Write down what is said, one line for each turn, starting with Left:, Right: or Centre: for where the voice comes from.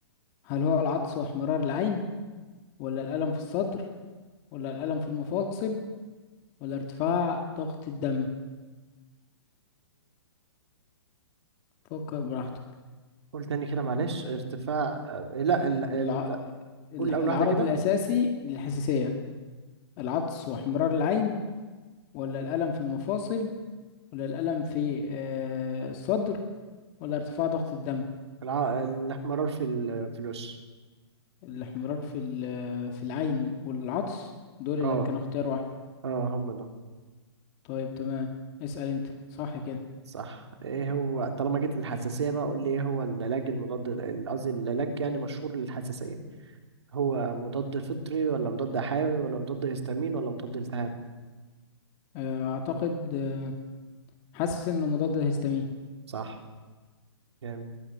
Left: هل هو العطس واحمرار العين ولا الألم في الصدر ولا الألم في المفاصل ولا ارتفاع ضغط الدم فكر براحتك
Right: قول تاني كده معلش ارتفاع آه، لا ال... ال...
Left: الع... الع-
Right: قول اول
Left: العرض
Right: واحدة كده
Left: الأساسي للحساسية العطس واحمرار العين ولا الألم في المفاصل ولا الألم في آه، الصدر ولا ارتفاع ضغط الدم
Right: الع... الاحمرار في ال... في الوش
Left: الاحمرار في ال- في العين والعطس دول
Right: اه
Left: اللي كانوا اختيار واحد
Right: اه هم دول
Left: طيب تمام اسأل انت صح كده
Right: صح ايه هو طالما جيت للحساسية بقى قول لي ايه هو العلاج المضاد ال- قصدي العلاج يعني مشهور للحساسية هو مضاد فطري ولا مضاد حيوي ولا مضاد هيستامين ولا مضاد التهاب
Left: آه، اعتقد آه، حاسس انه مضاد للهستامين
Right: صح جامد